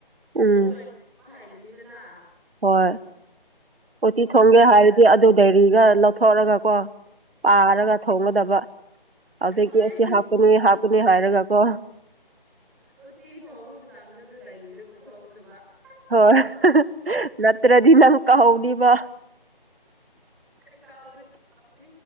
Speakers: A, on the right (about 80°); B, in the centre.
A: ꯎꯝ
B: ꯑꯗꯨ ꯑꯣꯏꯔꯗꯤꯕ ꯍꯥꯏꯩꯔꯅꯤꯗꯅ
A: ꯍꯣꯏ ꯎꯇꯤ ꯊꯣꯡꯒꯦ
B: ꯂꯥꯛꯄ
A: ꯍꯥꯏꯔꯗꯤ ꯑꯗꯨ ꯗꯦꯔꯤꯒ ꯂꯧꯊꯣꯛꯑꯒ ꯀꯣ ꯄꯥꯔꯒ ꯊꯣꯡꯅꯗꯕ ꯍꯧꯖꯤꯛꯀꯤ
B: ꯍꯣꯏ
A: ꯑꯁꯤ ꯍꯥꯞꯄꯅꯤ ꯍꯥꯞꯄꯅꯤ ꯍꯥꯏꯔꯒ ꯀꯣ
B: ꯎꯇꯤ ꯊꯣꯡꯕ ꯃꯇꯝꯗꯗꯣ ꯗꯥꯏꯔꯤꯗꯣ ꯄꯨꯊꯣꯛꯗꯕ ꯑꯁ
A: ꯍꯣꯏ ꯅꯠꯇ꯭ꯔꯗꯤ ꯅꯪ ꯀꯥꯍꯧꯅꯤꯕ
B: ꯀꯥꯎꯒꯅꯤ ꯀꯥꯎꯅꯤ